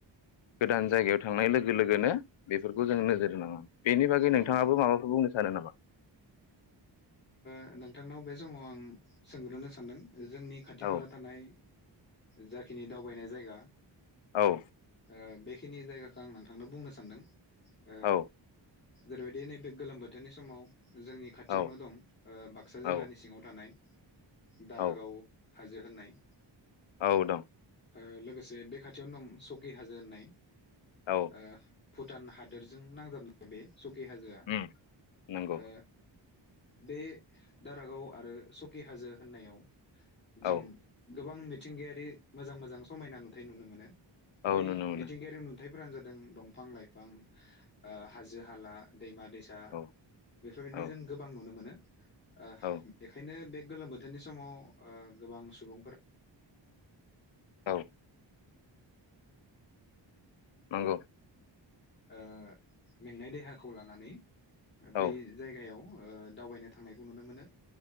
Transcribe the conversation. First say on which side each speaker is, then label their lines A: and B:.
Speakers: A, on the left (about 80°); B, on the left (about 25°).
A: गोदान जायगायाव थांनाय लोगो लोगोनो बेफोरखौ जों नोजोर होनाङा। बेनि बागै नोंथाङाबो
B: औ नोंथां
A: माबाफोर बुंनो सानो नामा?
B: ओ नोंथांनाव बे समाव आं सोंग्रोनो सानदों? जोंनि खाथि खाला
A: औ
B: थानाय जा खिनि दावबायनाय जायगा
A: औ
B: ओ बे खिनि जायगाखौ आं नोंथांनो बुंनो सानदों। ओ
A: औ
B: जेरैबायदि नैबे गोलोम बोथोरनि समाव जोंनि खाथियावनो
A: औ
B: दं। ओ बाक्सा
A: औ
B: जिल्लानि सिङाव थान नाय दारागाव
A: औ
B: हाजो होननाय
A: औ दं।
B: ओ लोगोसे बे खाथियावनो दं स'कि हाजो होननाय।
A: औ
B: ओ। भुटान हादोरजों नांजाबनाय बे स'कि हाजोआ
A: उम नंगौ
B: ओ बे दारागाव आरो स'कि हाजो होननायाव जों
A: औ
B: उम गोबां मिथिंगायारि मोजां मोजां समायना नुथाय नुनो मोनो।
A: औ
B: बै
A: नुनो मोनो
B: मिथिंगायारि नु थायफोरानो जादों दंफां लाइफां ओ हाजो हाला। दैमा दैसा
A: औ
B: बेफोरबायदि
A: औ
B: जों गोबां नुनो मोनो। ओ
A: औ
B: बेखायनो बे। गोलोम बोथोरनि समाव ओ गोबां सुबुंफोरा।
A: औ। नंगौ।
B: ओ मेंनाय देहाखौ लानानै। ओ बै
A: औ
B: जायगायाव ओ। दावबायनो थांनायखौ नुनो मोनो।